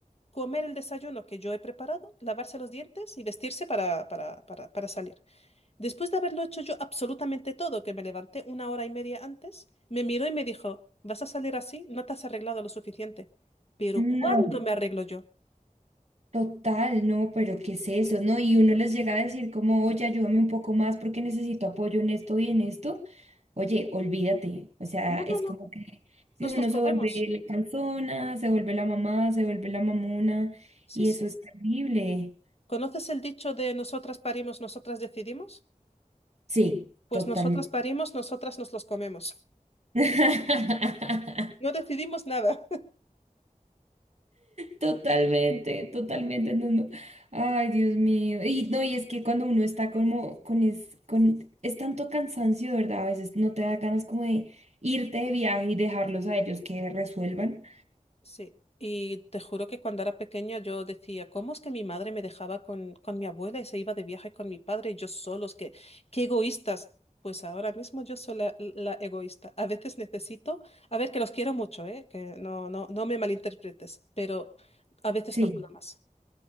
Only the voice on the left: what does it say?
comer el desayuno que yo he preparado, lavarse los dientes y vestirse para, para, para, para salir. Después de haberlo hecho yo absolutamente todo, que me levanté una hora y media antes, me miró y me dijo, vas a salir así, no te has arreglado lo suficiente. Pero
¿cuándo me arreglo yo?
No,
no, no,
nos
los comemos.
Sí,
sí.
¿Conoces el dicho de nosotras parimos, nosotras decidimos?
Pues
nosotras parimos, nosotras nos los comemos.
No decidimos nada.
Sí, y te juro que cuando era pequeña yo decía, ¿cómo es que mi madre me dejaba con, con mi abuela y se iba de viaje con mi padre y yo solos? ¿Qué, qué egoístas? Pues ahora mismo yo soy la, la egoísta. A veces necesito, a ver, que los quiero mucho, ¿eh? Que no, no, no me malinterpretes, pero a veces
no puedo más.